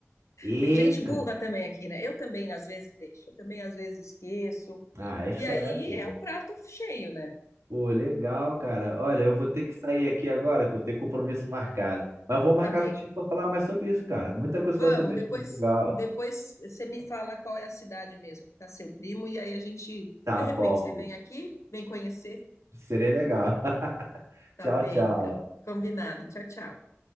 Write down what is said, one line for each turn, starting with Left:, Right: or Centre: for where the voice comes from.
Right: Eita.
Left: Tem gente burra também aqui, né? Eu também às vezes deixo, eu também às vezes esqueço.
Right: Ah, esquece.
Left: E aí é um prato cheio, né?
Right: Pô, legal, cara. Olha, eu vou ter que sair aqui agora, que eu tenho compromisso marcado. Mas vou marcar
Left: Tá bem.
Right: contigo para falar mais sobre isso, cara. Muita coisa
Left: Vamos,
Right: que eu quero saber
Left: depois,
Right: de Portugal.
Left: depois você me fala qual é a cidade mesmo que está seu primo, e aí a gente,
Right: Tá
Left: de repente,
Right: bom.
Left: você vem aqui, vem conhecer.
Right: Seria legal. <laughs>
Left: Tá
Right: Tchau,
Left: bem,
Right: tchau.
Left: então. Combinado. Tchau, tchau.